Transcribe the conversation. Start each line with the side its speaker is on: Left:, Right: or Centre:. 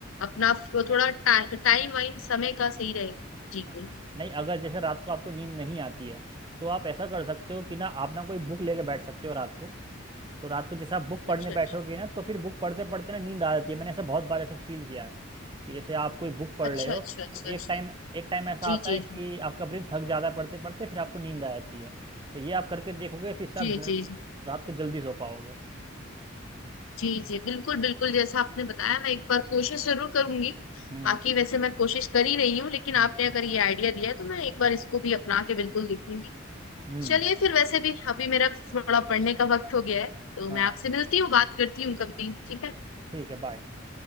Left: अपना फ- थोड़ा टा, टाइम वाइम समय का सही रहेगा जी
Right: हाँ,
Left: बिल्कुल
Right: नहीं अगर जैसे रात को आपको नींद नहीं आती है तो आप ऐसा कर सकते हो कि ना आप ना कोई बुक लेके बैठ सकते हो रात को तो रात को जैसे आप बुक पढ़ने
Left: अच्छा
Right: बैठोगे
Left: अच्छा
Right: ना तो फिर बुक पढ़ते पढ़ते ना नींद आ जाती है मैंने ऐसा बहुत बार ऐसा फील किया है कि जैसे आप कोई बुक पढ़
Left: अच्छा
Right: रहे हो
Left: अच्छा अच्छा
Right: तो एक
Left: अच्छा
Right: टाइम एक टाइम ऐसा
Left: जी
Right: आता
Left: जी
Right: है कि आपका ब्रेन थक जाता है पढ़ते पढ़ते फिर आपको नींद आ जाती है तो ये आप करके देखोगे फिर से
Left: जी
Right: आप जर-
Left: जी
Right: रात को जल्दी सो पाओगे
Left: जी जी बिल्कुल बिल्कुल जैसा आपने बताया मैं एक बार कोशिश जरूर करूंगी
Right: हम्म
Left: बाकी वैसे मैं कोशिश कर ही रही हूँ लेकिन
Right: हम्म
Left: आपने अगर ये आइडिया दिया है तो मैं एक बार इसको भी अपना के बिल्कुल देखूंगी
Right: हम्म,
Left: चलिए फिर वैसे भी अभी मेरा थोड़ा पढ़ने का वक्त हो गया है तो
Right: हाँ
Left: मैं आपसे मिलती हूँ बात करती हूँ कभी ठीक है
Right: ठीक है बाय